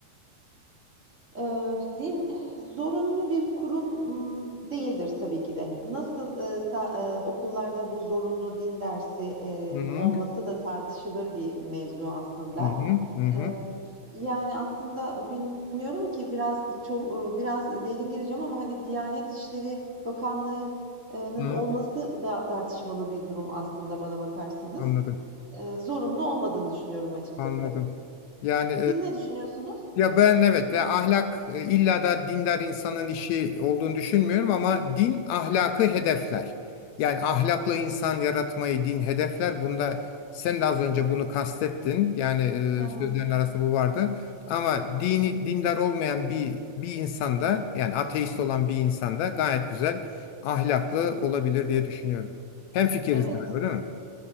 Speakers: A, on the right; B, on the left.
A: Eee, din zorunlu bir kurum, ımm, değildir tabii ki de. Nasıl, eee, sa eee, okullarda bu zorunlu din dersi, eee,
B: Hı hı,
A: olması da tartışılır bir mevzu aslında.
B: hı hı, hı hı,
A: Eee, yani, aslında bilmiyorum ki biraz ço e, biraz derin gireceğim ama, hani, Diyanet İşleri bakanlığının
B: hı.
A: olması da tartışmalı bir durum aslında bana bakarsanız.
B: Anladım,
A: Eee, zorunlu olmadığını düşünüyorum açıkçası.
B: anladım. Yani
A: Siz ne düşünüyorsunuz?
B: Ya ben evet ya ahlak e, illa da dindar insanın işi olduğunu düşünmüyorum ama din ahlakı hedefler. Yani ahlaklı insan yaratmayı din hedefler. Bunda sen de az önce bunu kastettin. Yani
A: Hı hı.
B: e, sözlerin arasında bu vardı. Ama dini dindar olmayan bir bir insanda yani ateist olan bir insanda gayet güzel ahlaklı olabilir diye düşünüyorum. Hemfikiriz
A: Evet.
B: galiba değil mi?